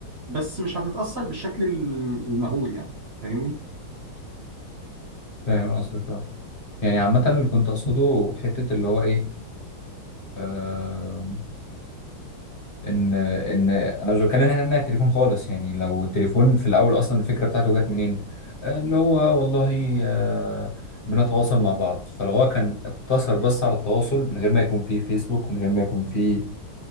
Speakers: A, on the right (about 55°); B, on the left (about 40°).
A: بس مش هتتأثر بالشكل ال- المهول يعني فاهمني؟
B: فاهم قصدك اه يعني عامه اللي كنت اقصده حته اللي هو ايه آه، ان ان انا مش بتكلم هنا نمنع التليفون خالص يعني لو التليفون في الاول اصلا الفكره بتاعته جت منين آه، اللي هو والله آه، بنتواصل مع بعض فلو هو كان اقتصر بس على التواصل من غير ما يكون فيه فيسبوك من غير ما يكون فيه